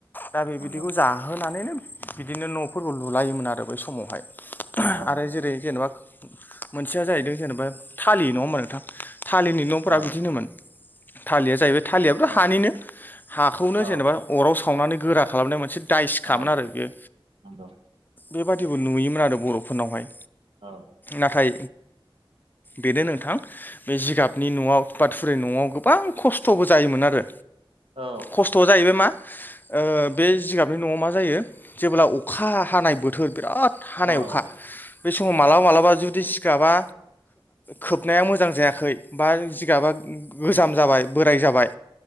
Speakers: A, on the left (about 20°); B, on the right (about 85°).
A: दा बेबायदिखौ
B: नंगौ
A: जा नोनो बिदिनो न'फोरखौ लुलायोमोन आरो बै समावहाय
B: नंगौ
A: आरो
B: नंगौ
A: जेरै जेनेबा मोनसेया जाहैदों जेनेबा थालि न' होनबा नोंथां थालिनि न'फोरा
B: औ
A: बिदि होनोमोन। थालिया जाहैबाय थाालियाथ'
B: औ
A: हानिनो हाखौनो
B: औ
A: जेनेबा अराव सावनानै गोरा खालामनाय मोनसे दाय सिखामोन
B: औ
A: आरो बेयो
B: नंगौ
A: बेबादिबो नुयोमोन आरो बर'फोरनावहाय।
B: औ
A: नाथाय
B: <inaudible>
A: बेनो नोंथां बे जिगाबनि न'आव थुवा थुरि न'आव गोबां खस्थ'बो जायोमोन आरो।
B: औ
A: खस्थ'आ जाहैबाय मा ओ बे जिगाब मफ्राय न'आव मा जायो जेब्ला अखा हानाय बोथोर बिराद हानाय
B: औ
A: अखा बे समाव मालाबा मालाबा जुदि सिगाबा खोबनाया मोजां जायाखै बा गा गोज जाबाय बोराय जाबाय